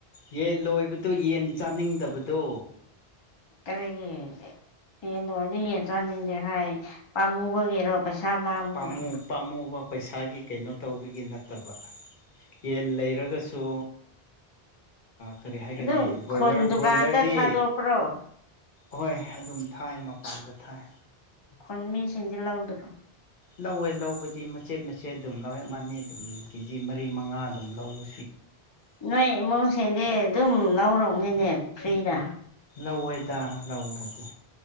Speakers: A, on the left (about 55°); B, on the left (about 35°).
A: ꯌꯦꯟ ꯂꯣꯏꯕꯗꯨ ꯌꯦꯟ ꯆꯥꯅꯤꯡꯗꯕꯗꯣ
B: ꯀꯔꯤꯒꯤ ꯌꯦꯟ ꯂꯣꯏꯗꯤ ꯌꯦꯟ ꯆꯥꯅꯤꯡꯗꯦ ꯍꯥꯏ ꯄꯥꯝꯃꯨꯕꯒꯤꯔꯣ ꯄꯩꯁꯥ ꯃꯥꯡꯕꯒꯤꯔꯣ
A: ꯄꯥꯝꯨ ꯄꯥꯃꯨꯕ ꯄꯩꯁꯥꯒꯤ ꯀꯩꯅꯣ ꯇꯧꯕꯒꯤ ꯅꯠꯇꯕ ꯌꯦꯟ ꯂꯩꯔꯒꯁꯨ ꯀꯔꯤ ꯍꯥꯏꯒꯅꯤ
B: ꯑꯗꯨꯝ ꯈꯨꯟ
A: ꯣꯏꯂ
B: ꯗꯨꯀꯥꯟꯗ
A: ꯕ꯭ꯔꯣꯏꯂꯔꯗꯤ
B: ꯊꯥꯗꯣꯛꯄ꯭ꯔꯣ
A: ꯍꯣꯏ ꯑꯗꯨꯝ ꯊꯥꯏ ꯃꯄꯥꯟꯗ ꯊꯥꯏ
B: ꯍꯣꯟ ꯃꯤꯁꯤꯡꯗꯤ ꯂꯧꯥꯎꯗ꯭ꯔꯣ
A: ꯂꯧꯋꯦ ꯂꯧꯕꯗꯤ ꯃꯆꯦꯠ ꯃꯆꯦꯠ ꯑꯗꯨꯝ ꯂꯧꯋꯦ ꯃꯥꯅꯤ ꯑꯗꯨꯝ ꯀꯦꯖꯤ ꯃꯔꯤ ꯃꯉꯥ ꯑꯗꯨꯝ ꯂꯧꯋꯦ
B: ꯅꯣꯏ ꯏꯃꯨꯡꯁꯤꯡꯗꯤ ꯑꯗꯨꯝ ꯂꯧꯔꯎꯅꯤꯅꯦ ꯐ꯭ꯔꯤꯗ
A: ꯂꯧꯋꯦꯗ ꯂꯧꯕꯗꯤ